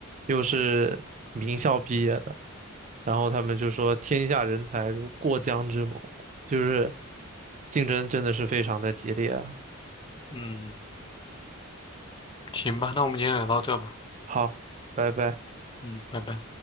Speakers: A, on the right; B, on the left.
A: 又是名校毕业的，然后他们就说天下人才如过江之猛，就是竞争真的是非常的激烈啊。
B: 嗯，行吧，那我们今天聊到这吧。
A: 好，拜拜。
B: 嗯，拜拜。